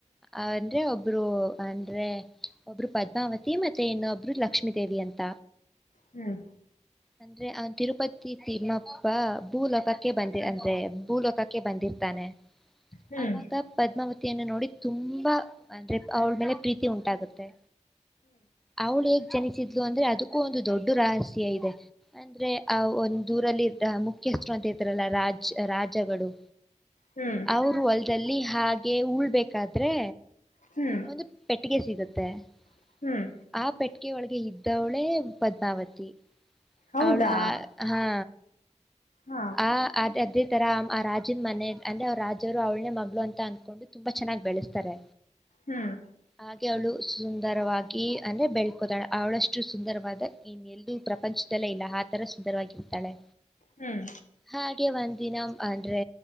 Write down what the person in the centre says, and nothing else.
ಅಂದ್ರೆ ಒಬ್ಬ ಒಬ್ರು ಅಂದ್ರೆ ಒಬ್ರು ಪದ್ಮಾವತಿ ಮತ್ತೆ ಇನ್ನೊಬ್ರು ಲಕ್ಷ್ಮೀ ದೇವಿ ಅಂತ.
ಅಂದ್ರೆ ಅವನ್ ತಿರುಪತಿ ತಿಮ್ಮಪ್ಪ ಭೂ ಲೋಕಕ್ಕೆ ಬಂದಿ ಅಂದ್ರೆ ಭೂಲೋಕಕ್ಕೆ ಬಂದಿರ್ತಾನೆ
ಆಗ ಪದ್ಮಾವತಿಯನ್ನು ನೋಡಿ ತುಂಬಾ ಅಂದ್ರೆ ಅವಳ ಮೇಲೆ ಪ್ರೀತಿ ಉಂಟಾಗುತ್ತೆ ಅವಳೇಗ್ ಜನಿಸಿದ್ಲು ಅಂದ್ರೆ ಅದಕ್ಕೂ ಒಂದು ದೊಡ್ಡ ರಹಸ್ಯ ಇದೆ ಅಂದ್ರೆ ಆ ಒಂದು ಊರಲ್ಲಿ ಮುಖ್ಯಸ್ಥರು ಅಂತ ಇದಾರಲ್ಲ ರಾಜ್ ರಾಜಗಳು
ಅವರು ಹೊ ಲ್ದಲ್ಲಿ ಹಾಗೆ ಉಳ್ಬೇಕಾದ್ರೆ.
ಒಂದು ಪೆಟ್ಟಿಗೆ ಸಿಗುತ್ತೆ ಆ ಪೆಟ್
ಆ ಪೆಟ್ಟಿಗೆ ಒಳಗೆ ಇದ್ದವಳೇ ಪದ್ಮಾವತಿ.
ಅವಳು ಹಾ
ಆ ಅದ್ ಅದೇ ತರ ಆ ರಾಜನ್ ಮನೆ ಅಂದ್ರೆ ಅವ್ರ ರಾಜರು ಅವ್ಳ್ನೇ ಮಗಳು ಅಂತ ೊಂಡು ತುಂಬಾ ಚೆನ್ನಾಗ್ ಬೆಳೆಸ್ತಾರೆ
ಹಾಗ್ ಅವಳು ಸುಂದರವಾಗಿ ಅ ಬೆಳ್ಕೋತಾಳ ಅವಳಷ್ಟು ಸುಂದರವಾದ ಇ ಎಲ್ಲೂ ಪ್ರಪಂಚದಲ್ಲಿ ಇಲ್ಲ ಇಲ್ಲ ಆ ತರ ಸುಂದರವಾಗಿರ್ತಾಳೆ.
ಹಾಗೆ ಒಂದ ದಿನ ಅಂದ್ರೆ